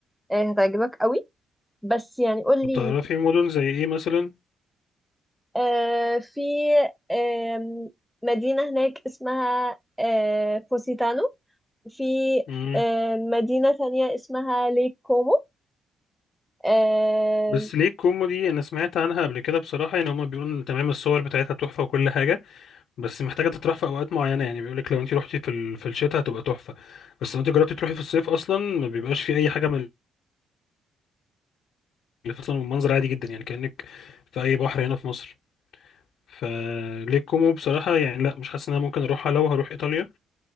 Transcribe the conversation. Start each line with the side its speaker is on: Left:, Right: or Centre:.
Centre: آه، هتعجبك قوي بس يعني قولي
Left: طب تعرفي مدن زي إيه مثلا؟
Centre: آه، في آم، مدينة هناك اسمها آه، بوسيتانو في
Left: مم.
Centre: آه، مدينة تانية اسمها ليك كومو آه،
Left: بس ليه كومو دي أنا سمعت عنها قبل كده بصراحة يعني هما بيقولوا إن تمام الصور بتاعتها تحفة وكل حاجة بس محتاجة تتراح في أوقات معينة يعني بيقولك لو أنت روحتي في ال... في الشتاء هتبقى تحفة بس لو أنت جربتي تروحي في الصيف أصلا ما بيبقاش في أي حاجة من اللي في أصلا المنظر عادي جدا يعني كأنك في أي بحر هنا في مصر فليه كومو بصراحة يعني لا مش حاسس إن أنا ممكن أروحها لو هروح إيطاليا